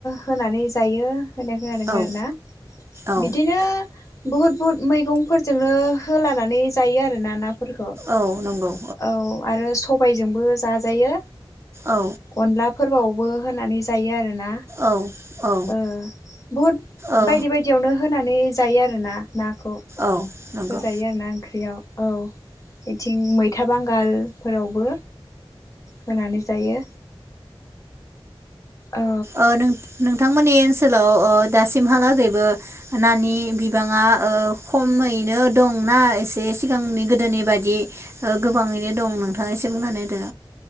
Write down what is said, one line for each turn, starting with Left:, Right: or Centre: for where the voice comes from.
Left: होनानै जायो। होनाय खोनादों
Right: औ
Left: आरो ना
Right: औ
Left: बिदिनो बुहुद बुहुत मैगंफोरजोंनो होलानानै जायो आरोना ना फोरखौ
Right: औ नंगौ
Left: औ आरो सं सबायजोंबो जाजायो।
Right: औ
Left: अनला फोरावबो होनानै जायो आरो। ना
Right: औ औ
Left: ओ बहुद
Right: औ
Left: बायदि बायदियावनो होनानै जायो आरोना। नाखौ
Right: औ नंगौ
Left: होजायो आरोना ओंख्रियाव। औ बेथिं मै था बांगालफोरावबो होनानै जायो औ
Right: ओ नोंथांमोननि ओनसोलाव ओ दासिमहालागै ओ नानि बि बिबाङा ओ खमैनो दंना एसे बे सिगांनि गोदोनि बायदि ओ गोबाङैनो दं नोंथाङा एसे बुंनानै होदो